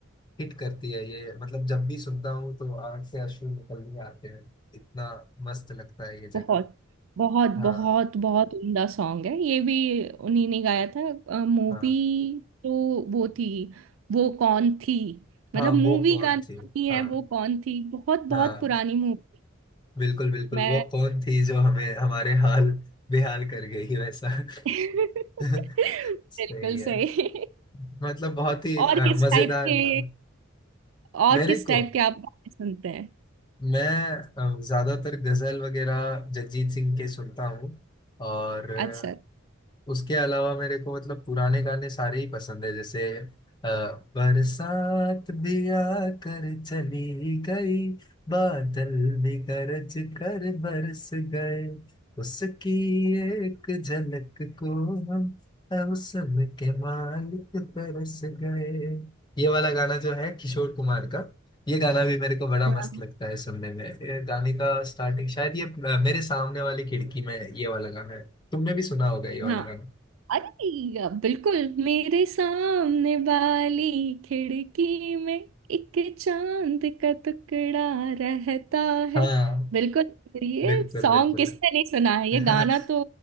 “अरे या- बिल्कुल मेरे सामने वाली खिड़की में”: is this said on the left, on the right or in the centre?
Right